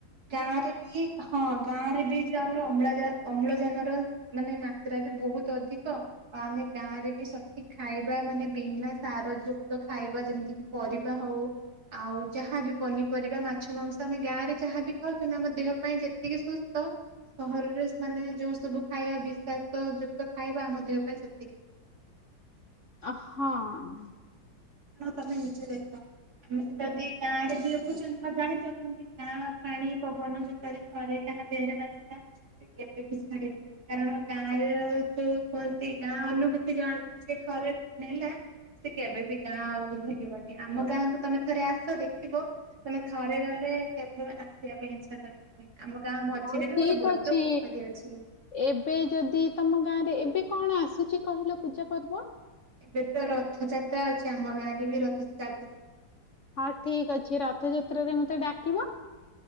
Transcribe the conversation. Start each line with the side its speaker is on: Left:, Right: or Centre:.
Right: ଗାଁରେ ବି ହଁ ଗାଁ ରେ ବି ଯଉ ଆମର ଅମ୍ଳଜ ଅମ୍ଳଜାନର ମାନେ ମାତ୍ରା ବି ବହୁତ ଅଧିକ। ଆଉ ଆମେ ଗାଁ ରେ ବି ସଠିକ ଖାଇବା ମାନେ ବିନା ସାର ଯୁକ୍ତ ଖାଇବା ଯେମିତିକି ପରିବା ହଉ ଆଉ ଯାହାବି ପନିପରିବା ମା ମାଛ ମାଂସ ଆମେ ଗାଁରେ ଯାହା ବି ଖାଉଛନ୍ତି ଆମ ଦେହ ପାଇଁ ଯେତିକି ସୁସ୍ଥ ସହରରେ ମାନେ ଯୋଉ ସବୁ ଖାଇବା ବିଷାକ୍ତ ଯୁକ୍ତ ଖାଇବା ଆମ ଦେହ ପାଇଁ ସେତିକି
Left: ଅ ହଁ।
Right: ତମେ ନିଜେ ଦେଖ। ଆମେ ଯଦି ଗାଁ ରେ ବି ରହୁଛନ୍ତି ଆଉ ଜାଣିଛନ୍ତି ଗାଁ ପାଣି ପବନ ଯେତବେଳେ ଥରେ ଯାହା ଦେହରେ ବାଜିଲା ସେ କେବେ ବି ଛାଡିବନି। କାରଣ ଗାଁରେ ରହୁ ଯୋଉ କୁହନ୍ତି ଗାଁ ଅନୁଭୂତି ଯିଏ ଥରେ ନେଲା। ସେ କେବେବି ଗାଁ ଆଉ ଭୁଲିବନି ଆମ ଗାଁକୁ ତମେ ଥରେ ଆସ ଦେଖିବ। ତମେ ଥରେ ଗଲେ କେବେ ଆସିବା ପାଇଁ ଇଚ୍ଛା କରିବନି। ଆମ ଗାଁ ମଝିରେ
Left: ହଉ
Right: ବି
Left: ଠିକ
Right: ଗୋଟେ ବଡ
Left: ଅଛି
Right: ପୋଖରୀ ଅଛି।
Left: ଏବେ ଯଦି ତମ ଗାଁରେ ଏବେ କଣ ଆସୁଛି କହିଲ ପୂଜାପର୍ବ?
Right: ଏବେତ ରଥଯାତ୍ରା ଅଛି ଆମ ଗାଁ ରେ ବି ରଥଯାତ
Left: ହଉ ଠିକ ଅଛି ରଥଯାତ୍ରରେ ମତେ ଡାକିବ।